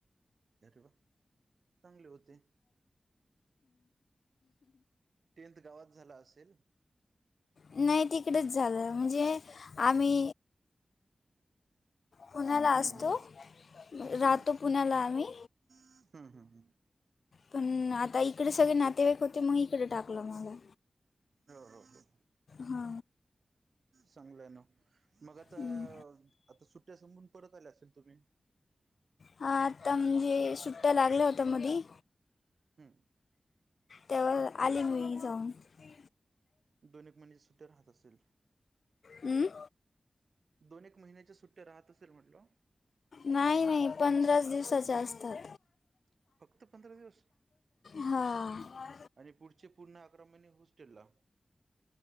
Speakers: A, on the right; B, on the left.
A: अरे वा चांगले होते. टेंथ गावात झाला असेल?
B: नाही तिकडेच झालं म्हणजे आम्ही पुण्याला
A: हम्म
B: असतो,
A: हम्म
B: राहतो
A: हम्म
B: पुण्याला आम्ही.
A: हम्म हम् हम!
B: पण आता इकडे सगळे नातेवाईक होते मग इकडे टाकलं मला.
A: हो हो हो
B: हा.
A: चांगलंय ना मग आता
B: हं.
A: आता सुट्ट्या संपून परत आल्या असेल तुम्ही?
B: हा आता म्हणजे सुट्ट लागलं होत मधी,
A: हम्म.
B: तेव्हा आली मी इथे
A: दोन एक महिने सुट्ट्या राहत असेल?
B: हम?
A: दोन एक महिन्याच्या सुट्ट्या राहत असेल म्हटलं?
B: नाही नाही पंधराच दिवसाचे असतात.
A: ह <unintelligible> फक्त पंधरा दिवस
B: हां
A: आणि पुढचे पूर्ण अकरा महिने हॉस्टेल ला?